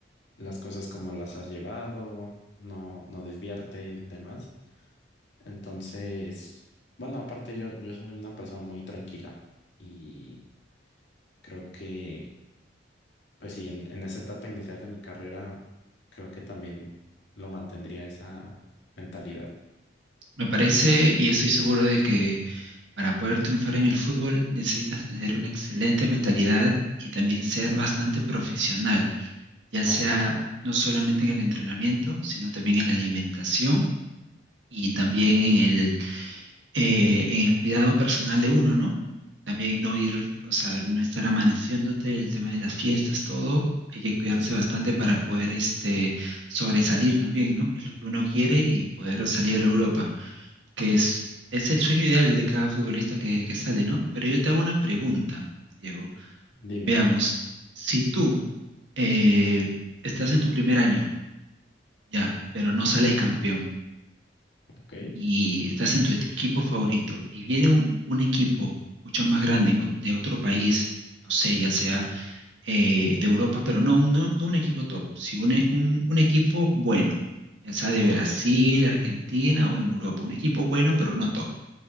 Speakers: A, on the left; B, on the right.
A: las cosas como las has llevado, no, no desviarte, demás. Entonces, bueno, aparte yo, yo soy una persona muy tranquila y creo que, pues sí, en, en esa etapa inicial de mi carrera, creo que también lo mantendría esa mentalidad.
B: me parece y estoy seguro de que para poder triunfar en el fútbol necesitas tener una excelente mentalidad y también ser bastante profesional, ya
A: Claro,
B: sea no solamente en el entrenamiento, sino también en la alimentación y también en el, eh, en el cuidado personal de uno, ¿no? También no ir, o sea, no estar amaneciéndote, el tema de las fiestas, todo, hay que cuidarse
A: sí,
B: bastante para poder este, sobresalir también, ¿no? Que es lo que uno quiere y poder salir a Europa, que es, es el sueño ideal de cada futbolista que, que sale, ¿no? Pero yo te hago una pregunta, Diego.
A: dime,
B: Veamos, si tú eh, estás en tu primer año, ya, pero no sales campeón,
A: ok,
B: y estás en tu equipo favorito y viene un, un equipo mucho más grande en ot- de otro país, no sé, ya sea eh, de Europa, pero no, un- no, no un equipo top, sino un, e- un, un equipo bueno, ya sea de
A: ok.
B: Brasil, Argentina o en Europa, un equipo bueno pero no top.